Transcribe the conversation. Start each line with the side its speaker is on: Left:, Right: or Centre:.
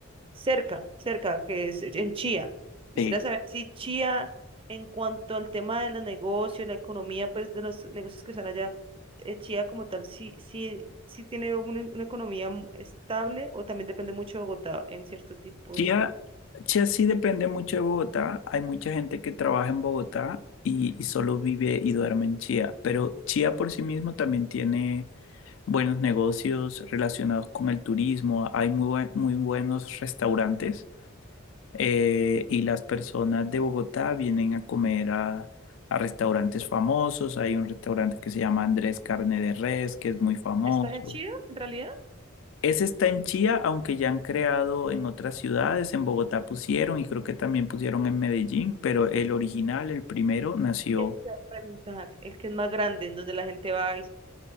Right: cerca, cerca, que es en Chía. Quisiera
Left: Sí.
Right: saber si Chía, en cuanto al tema de los negocios, la economía, pues de los negocios que están allá, eh, Chía como tal, sí, sí, sí tiene una, una economía m- estable o también depende mucho de Bogotá en cierto tipo
Left: Chía,
Right: de...
Left: Chía sí depende mucho de Bogotá. Hay mucha gente que trabaja en Bogotá y, y solo vive y duerme en Chía. Pero Chía por sí mismo también tiene buenos negocios relacionados con el turismo. Hay muy, buen- muy buenos restaurantes eh, y las personas de Bogotá vienen a comer a, a restaurantes famosos. Hay un restaurante que se llama Andrés Carne de Res, que es muy famoso.
Right: ¿Estás en Chía, en realidad?
Left: Ese está en Chía, aunque ya han creado en otras ciudades, en Bogotá pusieron y creo que también pusieron en Medellín, pero el original, el primero, nació,
Right: Eso te iba a preguntar. El que es más grande, en donde la gente va,